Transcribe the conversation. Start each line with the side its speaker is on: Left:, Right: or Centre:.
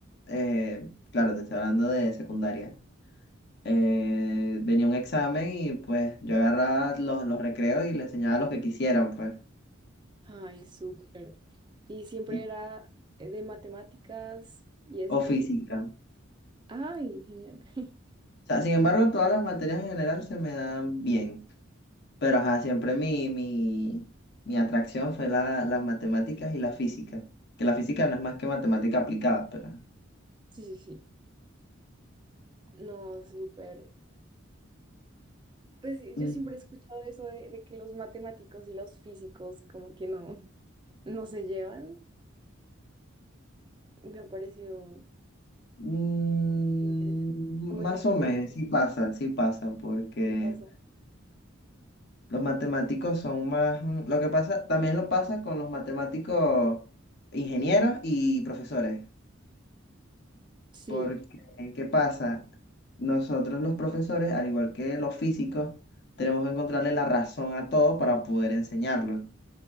Left: eh, claro, te estoy hablando de secundaria. Eh, venía un examen y pues yo agarraba los, los recreos y le enseñaba lo que quisieran, pues.
Right: Ay, súper. Y siempre
Left: y-
Right: era eh, de matemáticas y eso.
Left: o física.
Right: Ay, genial. <laughs>
Left: O sea, sin embargo, todas las materias en general se me dan bien. Pero ajá, siempre mi, mi, mi atracción fue la, las matemáticas y la física. Que la física no es más que matemática aplicada, pero...
Right: Sí, sí, sí. No, súper. Pues sí,
Left: Mm,
Right: yo siempre he escuchado eso de, de que los matemáticos y los físicos como que no, <laughs> no se llevan. Me ha parecido
Left: mm,
Right: interesante. Como
Left: más
Right: esa aplicación
Left: o menos, sí pasa, sí pasa, porque
Right: sí pasa.
Left: Los matemáticos son más... mm, Lo que pasa, también lo pasa con los matemáticos ingenieros y profesores.
Right: Sí,
Left: Porque, ¿qué pasa? Nosotros los profesores, al igual que los físicos, tenemos que encontrarle la razón a todo para poder enseñarlo.